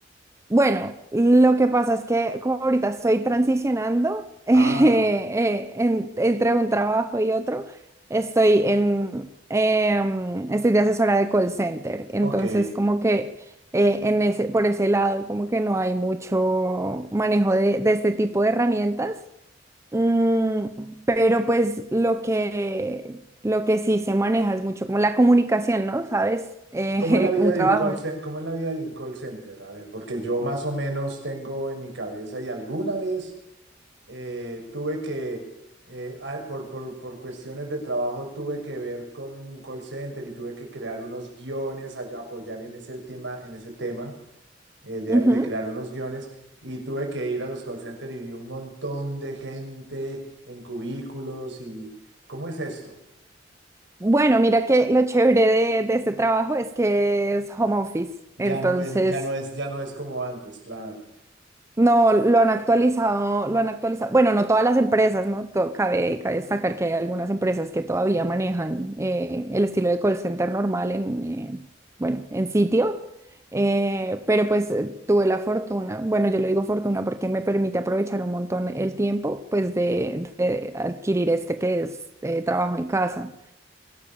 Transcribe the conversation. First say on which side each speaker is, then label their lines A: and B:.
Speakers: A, on the right (about 15°); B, on the right (about 70°).
A: Bueno, lo que pasa es que como ahorita estoy transicionando <laughs> eh,
B: Ah,
A: eh, en- entre un trabajo y otro, estoy en, em, estoy de asesora de call center, entonces
B: ok.
A: como que eh, en ese, por ese lado como que no hay mucho manejo de, de este tipo de herramientas, Mm, pero pues lo que, lo que sí se maneja es mucho como la comunicación, ¿no? ¿Sabes? Eh,
B: ¿Cómo es la vida
A: <laughs> un
B: de
A: trabajo.
B: un call cen- cómo es la vida de un call center? A ver, porque yo más o menos tengo en mi cabeza y alguna vez eh, tuve que, eh, ah, por, por- por cuestiones de trabajo, tuve que ver con un call center y tuve que crear unos guiones, ay- apoyar en ese tema, en ese tema eh, de,
A: Ujú.
B: de crear unos guiones. Y tuve que ir a los call centers y vi un montón de gente en cubículos y ¿cómo es esto?
A: Bueno, mira que lo chévere de, de este trabajo es que es home office,
B: Ya
A: entonces
B: no es, ya no es, ya no es como antes, claro.
A: no lo han actualizado, lo han actualizado. Bueno, no todas las empresas, ¿no? To- cabe, cabe destacar que hay algunas empresas que todavía manejan eh, el estilo de call center normal en, eh, bueno, en sitio, eh, pero pues eh, tuve la fortuna, bueno, yo le digo fortuna porque me permite aprovechar un montón el tiempo, pues de, de adquirir este que es eh, trabajo en casa.